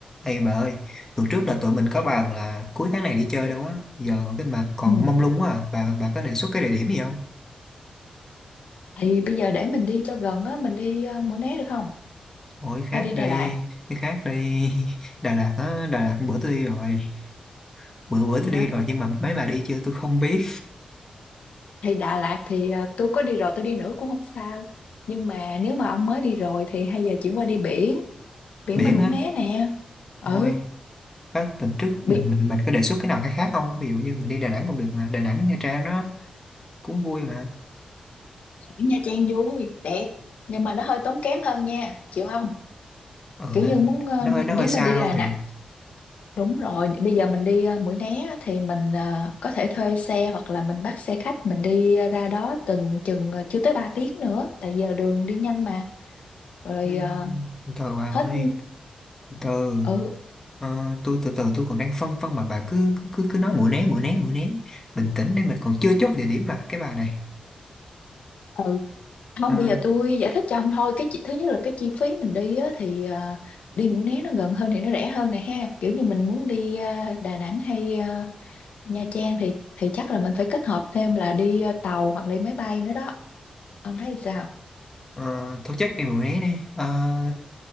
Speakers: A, on the left; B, on the left.
A: Ê bà ơi, tuần trước là tụi mình có
B: Vậy-
A: bàn là cuối tháng này đi chơi đâu á, giờ cái mà còn
B: Ừ.
A: mông lung quá à, bà bà có đề xuất cái địa điểm gì không?
B: Thì bây giờ để mình đi cho gần á, mình đi uh, Mũi Né được không?
A: Ôi khác
B: Hay đi Đà
A: đi,
B: Lạt?
A: cái khác đi, <laughs> Đà Lạt á, Đà Lạt bữa tôi đi rồi, bữa bữa
B: Vậy
A: tôi
B: hả?
A: đi rồi nhưng mà mấy bà đi chưa tôi không biết,
B: Thì Đà Lạt thì ờ, tôi có đi rồi, tôi đi nữa cũng không sao. Nhưng mà nếu mà ông mới đi rồi thì hay giờ chuyển qua đi biển, biển
A: biển
B: bên Mũi
A: á,
B: Né nè. Ừ,
A: thôi, bác tuần trước
B: biển,
A: mình, mình mình có đề xuất cái nào khác khác không? Ví dụ như mình đi Đà Nẵng cũng được mà, Đà Nẵng Nha Trang nó cũng vui mà,
B: biển Nha Trang vui, đẹp. Nhưng mà nó hơi tốn kém hơn nha, chịu không?
A: ừ,
B: Kiểu
A: anh,
B: như muốn ờ,
A: nó hơi nó
B: nếu
A: hơi xa
B: mà đi
A: hơn
B: Đà
A: thiệt,
B: Nẵng Đúng rồi, bây giờ mình đi ờ, Mũi Né á, thì mình ờ, có thể thuê xe hoặc là mình bắt xe khách mình đi ờ, ra đó từng chừng ờ, chưa tới 3 tiếng nữa, tại giờ đường đi nhanh mà. Rồi
A: ừ,
B: ờ,
A: từ từ bà
B: hết
A: ơi, từ từ.
B: ừ
A: Ờ, tôi từ từ tôi còn đang phân phân mà bà cứ cứ cứ, cứ nói mũi né mũi né mũi né bình tĩnh đây mình còn chưa chốt địa điểm mà cái bà này
B: ừ <laughs> không
A: Ờ,
B: bây giờ tôi giải thích cho ông thôi cái chi- thứ nhất là cái chi phí mình đi á, thì ờ, đi Mũi Né nó gần hơn thì nó rẻ hơn này ha kiểu như mình muốn đi ờ, Đà Nẵng hay ờ, Nha Trang thì thì chắc là mình phải kết hợp thêm là đi ờ, tàu hoặc là đi máy bay nữa đó ông thấy sao
A: ờ, thôi chắc đi mũi né đi Ờ,